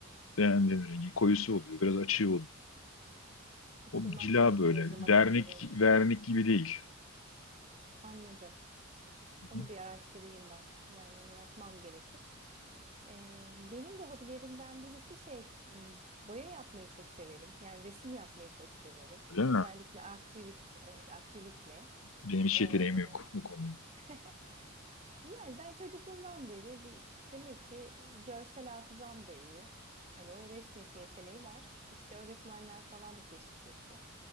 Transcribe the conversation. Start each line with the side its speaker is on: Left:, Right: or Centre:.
Left: beğendiğin rengi. Koyusu oluyor. Biraz açığı oluyor.
Right: tutturmak
Left: O cila
Right: gerekiyor
Left: böyle.
Right: o zaman
Left: Vernik,
Right: aynı rengi.
Left: vernik gibi değil.
Right: Anladım.
Left: Hı
Right: Onu
Left: hı.
Right: bir araştırayım ben. Yani onu yapmam gerekir. Ee, benim de hobilerimden birisi şey, m, boya yapmayı çok severim. Yani resim yapmayı çok severim.
Left: Öyle mi?
Right: Özellikle akrilik, evet akrilikle.
Left: Benim hiç
Right: Ee,
Left: yeteneğim yok bu konuda.
Right: <laughs> yani ben çocukluğumdan beri bir demek ki görsel hafızam da iyi. Hani o resmetme yeteneği var. İşte öğretmenler falan da teşvik etti.